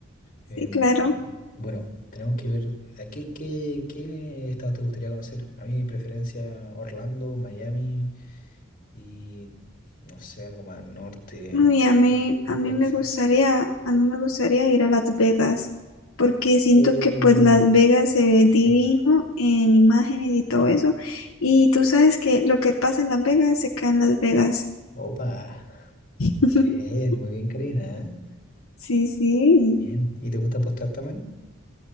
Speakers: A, on the left; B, on the left.
A: Sí,
B: Em,
A: claro.
B: bueno, tenemos que ver a qué, qué, qué estados te gustaría conocer. A mí mi preferencia Orlando, Miami y no sé, algo más al norte,
A: Uy, a mí, a mí
B: Texas.
A: me gustaría, a mí me gustaría ir a Las Vegas, porque siento
B: Uh.
A: que pues Las Vegas se ve divino
B: Ay,
A: en imágenes y todo eso. Y tú sabes que lo que pasa en Las Vegas se queda en Las Vegas.
B: Opa,
A: <laughs>
B: bien, muy bien Karina, ¿eh?
A: Sí, sí.
B: Bien. ¿Y te gusta apostar también?